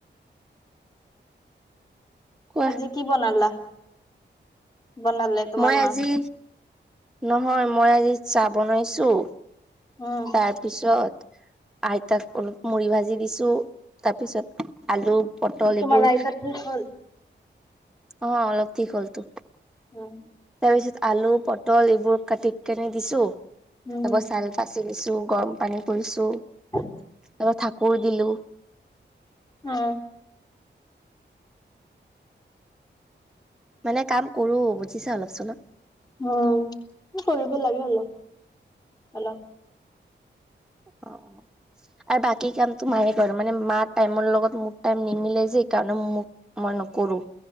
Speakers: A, in the centre; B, on the left.
A: কোৱা
B: আজি কি বনালা বনালে। তোমাৰ
A: মই আজি
B: মা
A: নহয় মই আজি চাহ বনাইছোঁ।
B: উম
A: তাৰ পিছত আইতাক অলপ মুড়ি ভাজি দিছোঁ তাৰপিছত আলু পটল এইবোৰ
B: তোমাৰ আইতাৰ ঠিক হ'ল?
A: অ অলপ ঠিক হ'লতো।
B: উম।
A: তাৰপিছত আলু পটল এইবোৰ কাটি কেনে দিছোঁ
B: উম
A: আকৌ চাল বাচি দিছোঁ গৰম পানী কৰিছোঁ।
B: <inaudible>
A: <unintelligible> ঠাকুৰ দিলোঁ।
B: অ।
A: মানে কাম কৰোঁ বুজিছা অলপ চলপ।
B: উম কৰিব লাগে অলপ, অলপ।
A: অ। আৰু বাকী কামটো মায়ে কৰে মানে মাৰ টাইমৰ লগত মোৰ টাইম নিমিলে যে সেইকাৰণে মোক মই নকৰোঁ